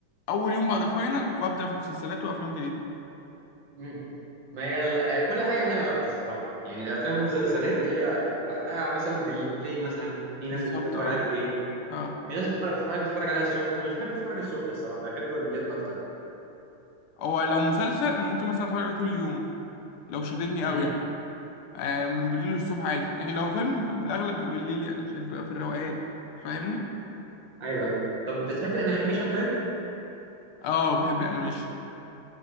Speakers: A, on the left; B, on the right.
A: اول يوم بعد الفاينل فابدا في مسلسلات وافلام جديده
B: امم ما هي ال- كل حاجه ولها وقت الصراحه يعني الافلام والمسلسلات هي وقتها مثلا بالليل مثلا في
A: بالظبط
B: ناس بتحب تتفرج
A: اه
B: عليها بالليل
A: اه
B: في ناس بتحب بتحب تتفرج عليها الصبح انا مش بحب اتفرج الصبح الصراحه بحب بالليل اكتر
A: هو لو مسلسل انا ممكن مثلا اتفرج عليه طول اليوم لو شددني
B: امم
A: قوي يعني. آه، من بالليل للصبح عادي لكن لو فيلم الاغلب بيبقى بالليل يعني عشان تبقى في الروقان فاهمني
B: ايوه ايوه طب بتحب الانيميشن طيب
A: اه بحب الانيميشن